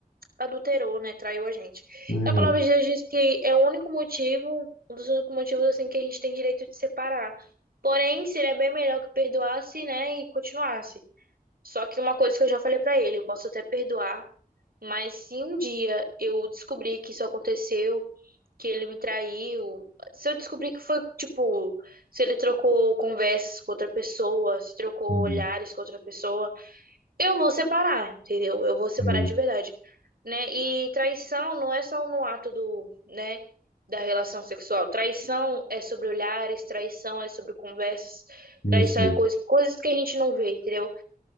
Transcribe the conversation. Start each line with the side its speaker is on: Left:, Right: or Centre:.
Right: adulterou, né? Traiu a gente.
Left: uhum,
Right: E a palavra de Deus diz que é o único motivo, um dos únicos motivos, assim, que a gente tem direito de separar. Porém, seria bem melhor que perdoasse, né? E continuasse. Só que uma coisa que eu já falei pra ele, eu posso até perdoar, mas se um dia eu descobrir que isso aconteceu, que ele me traiu, se eu descobrir que foi, tipo, se ele trocou conversas com outra pessoa, se trocou
Left: uhum,
Right: olhares com outra pessoa, eu vou separar, entendeu? Eu vou separar
Left: sim.
Right: de verdade, né? E traição não é só no ato do, né, da relação sexual. Traição é sobre olhares, traição é sobre conversas,
Left: Isso,
Right: traição
Left: mesmo
Right: é coisas, coisas que a gente não vê, entendeu?